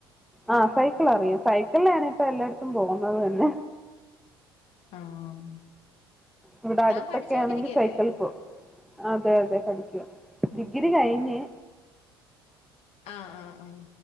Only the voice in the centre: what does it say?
ആ <unintelligible> റയും സൈക്കളിലനിപ്പ എല്ലായിടത്തും പോകുന്നത് തന്നെ
ഇവിടെ അടുത്തൊക്കെ
ആണെങ്കി സൈക്കിൾ പോവും അതെ അതെ പഠിക്കുവാ ഡിഗ്രി കഴിഞ്ഞ്